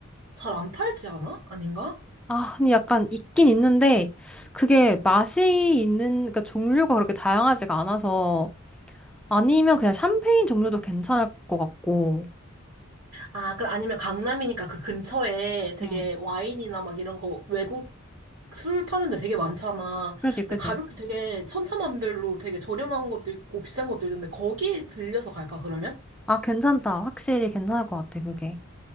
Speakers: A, on the right; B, in the centre.
A: 잘 안 팔지 않아? 아닌가?
B: 아, 근데 약간 있긴 있는데, 그게 맛이 있는, 그러니까 종류가 그렇게 다양하지가 않아서, 아니면 그냥 샴페인 종류도 괜찮을 것 같고.
A: 아, 그럼 아니면 강남이니까 그 근처에 되게
B: 응,
A: 와인이나 막 이런 거 외국 술 파는 데 되게 많잖아.
B: 그지, 그지?
A: 근데 가격도 되게 천차만별로 되게 저렴한 것도 있고 비싼 것도 있는데 거기 들려서 갈까 그러면?
B: 아, 괜찮다. 확실히 괜찮을 것 같아, 그게.